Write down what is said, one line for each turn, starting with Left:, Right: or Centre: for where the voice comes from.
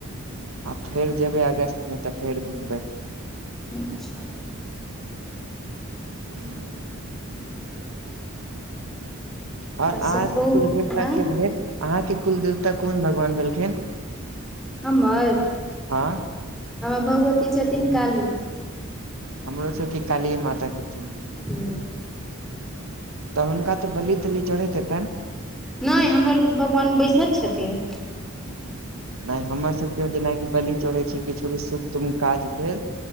Right: आ फेर जेबै अगस्त मे तऽ फेर घुमबै
Centre: अच्छा
Right: हू और
Centre: आर
Right: अहाँके
Centre: सब कहु
Right: कुल देवता
Centre: आँ
Right: के भेल अहा के कुल देवता कोन भगवान भेलखिन
Centre: हमर
Right: हँ
Centre: हमर भगवती छथिन काली
Right: हमरो सभके कालीये माता छथिन
Centre: हू
Right: तऽ हुनका तऽ बली तली चढ़ैत हेतैन
Centre: नहि हमर भगवान बैष्णव छथिन
Right: नहि हमर सभके जेनाकि बलि चढ़ै छै किछो भी शुभ तुभ काज भेल